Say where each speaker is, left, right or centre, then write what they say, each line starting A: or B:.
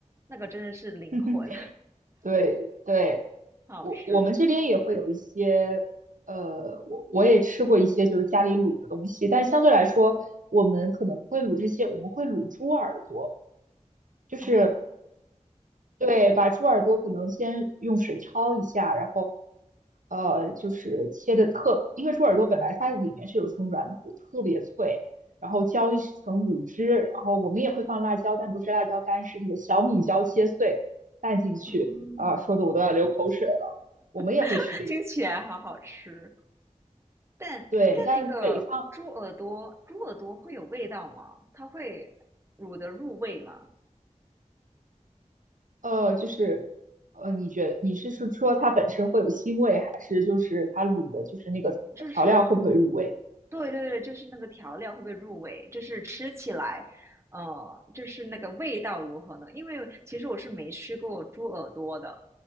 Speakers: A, on the right; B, on the right.
A: 那个真的是灵魂，
B: <laughs> 对对，
A: 好好吃
B: 我我们这边也会有一些，呃，我我也吃过一些就是家里卤的东西，但相对来说，我们可能不会卤这些，我们会卤猪耳朵，就是
A: 哦，
B: 对，把猪耳朵可能先用水焯一下，然后呃，就是切的特，因为猪耳朵本来它里面是有层软骨，特别脆，然后浇一层卤汁，然后我们也会放辣椒，但不是辣椒干，是那个小米椒切碎拌进去，
A: 嗯，
B: 啊、说的我都要流口水了。我们也会吃这些，
A: <laughs> 听起来好好吃，但但那个猪耳朵，
B: 对，但北方，
A: 猪耳朵会有味道吗？它会卤的入味吗？
B: 呃，就是，呃，你觉你是是说它本身会有腥味，还是就是它卤的，就是那个调料会不会入味？
A: 就是，对对对，就是那个调料会不会入味？就是吃起来，呃，就是那个味道如何呢？因为其实我是没吃过猪耳朵的，